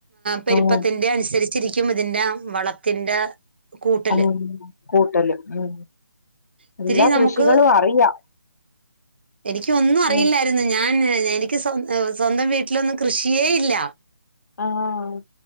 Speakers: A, on the right (about 30°); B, on the left (about 55°).
A: പെരുപ്പത്തിന്റേം
B: ആഹ്
A: അനുസരിച്ചിരിക്കും ഇതിന്റെ വളത്തിന്റെ കൂട്ടല്
B: ഉം കൂട്ടലും മ്
A: ഇത്തിരി
B: എല്ലാ കൃഷികളും
A: നമുക്ക്
B: അറിയാം
A: എനിക്ക് ഒന്നും അറിയില്ല
B: ഉം
A: ഞാൻ എനിക്ക് സ്വ സ്വന്തം വീട്ടിലൊന്നും കൃഷിയേ ഇല്ല
B: ആഹ്